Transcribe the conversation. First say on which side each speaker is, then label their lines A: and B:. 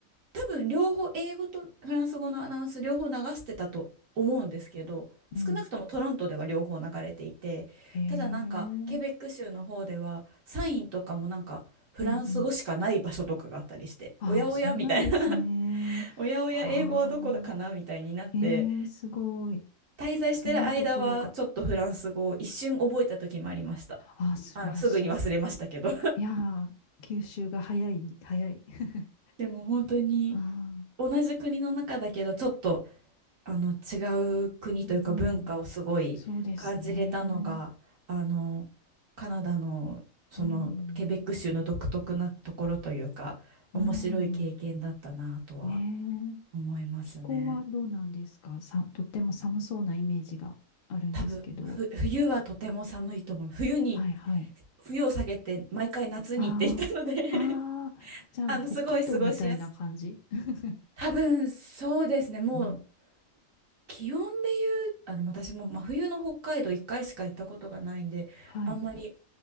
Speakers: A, on the right (about 70°); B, on the left (about 60°).
A: 多分両方英語とフランス語のアナウンス両方流してたと思うんですけど少なくともトロントでは両方流れていてただなんかケベック州の方ではサインとかもなんかフランス語しかない場所とかがあったりしておやおやみたいな
B: うん。ええうんうん。ああ、そうなんですね。
A: <laughs> おやおや英語はどこかなみたいになって
B: ああ、ええすごい。
A: 滞在してる間はちょっとフランス語を一瞬覚えた時もありました
B: そんなところが。ああ、素晴らし
A: あのすぐに忘れましたけど
B: い。いやー、吸収が早い、早い。<laughs>
A: <laughs> でも本当に
B: ああ、
A: 同じ国の中だけどちょっとあの違う国というか文化をすごい感じれたのがあの
B: うんうん。そうですね。
A: カナダのそのケベック州の独特なところというか面白い経験だったなとは
B: うん。うん。ねえ。
A: 思いますね。
B: 気候はどうなんですかさ、とっても寒そうなイメージがあるんですけど。
A: 多分ふ冬はとても寒いと思う。冬に
B: はいはい。
A: 冬を避けて毎回夏に行っていたので
B: ああ、ああ、
A: <laughs>
B: じゃあ、
A: あのすごい過ごしやすい。
B: 北海道みたいな感じ。<laughs>
A: 多分そうですね。もう
B: うん。
A: 気温で言う、あ、でも私も真冬の北海道1回しか行ったことがないんで、
B: はい。
A: あんまり